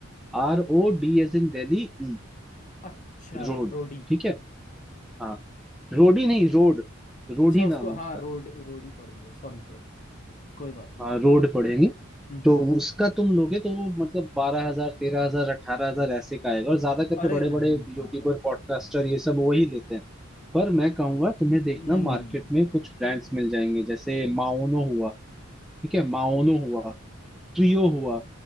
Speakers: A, in the centre; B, on the left.
A: R O D as in Delhi E
B: अच्छा
A: Rode
B: रोडी
A: ठीक है हाँ रोड ही नहीं रोड रोड
B: अच्छा
A: ही
B: उसको
A: नाम है उसका
B: हाँ रोड रोडी पढ़ेंगे सॉरी सॉरी कोई बात नहीं
A: हाँ रोड पढ़ेंगे
B: हम्म हम्म।
A: तो उसका तुम लोगे तो वो मतलब बारह हजार तेरह हजार अठारह हजार ऐसे का आएगा और ज्यादा करके
B: अरे
A: बड़े
B: नहीं
A: बड़े यूट्यूबर
B: बाप रे
A: पॉडकास्टर ये सब वही लेते हैं पर मैं कहूंगा तुम्हें देखना
B: नहीं
A: मार्केट
B: नहीं नहीं।
A: में कुछ ब्रांड्स मिल जाएंगे जैसे माओनो हुआ ठीक है माओनो हुआ ट्रियो हुआ